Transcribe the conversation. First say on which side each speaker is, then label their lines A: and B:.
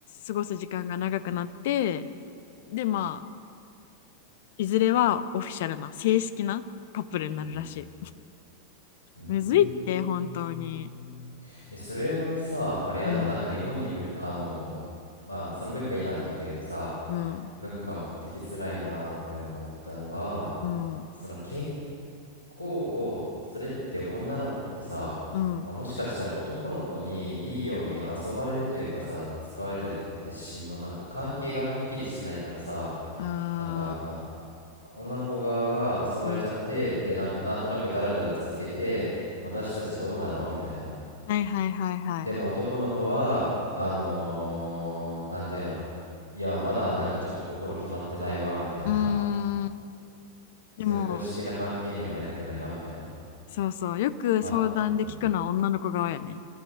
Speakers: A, on the left; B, on the left.
A: 過ごす時間が長くなってでまあいずれはオフィシャルな正式なカップルになるらしい
B: うん。うーんえ、
A: むずいって本当に
B: それはさ、あれやな、
A: うん
B: なんか日本にむ、あの、まあ、その文化いいなと思ったけどさ、
A: うん
B: 文化持ってきづらいなって思ったのは、
A: うん
B: その結構、それって女の子ってさ、
A: うん
B: まあ、もしかしたら男の子にいいように遊ばれるというかさ、使われたりとかってしんの、なんか関係がはっきりしてないからさ、
A: あ
B: なんか、女の子側が遊ばれちゃって、
A: ーうん
B: で、なんかなんとなくダラダラ続けて、私たちどうなのみたいな。
A: はいはいはいはい
B: でも男の子は、あのー、なんていうんやろ、いや、まだなんかちょっと心決まってないわ、みたいな。
A: うーん
B: そういう公式な関係にはなりたくないわ、
A: でも
B: みたいな。
A: そうそうよく相談で聞くのは女の子側やね
B: ま、うん、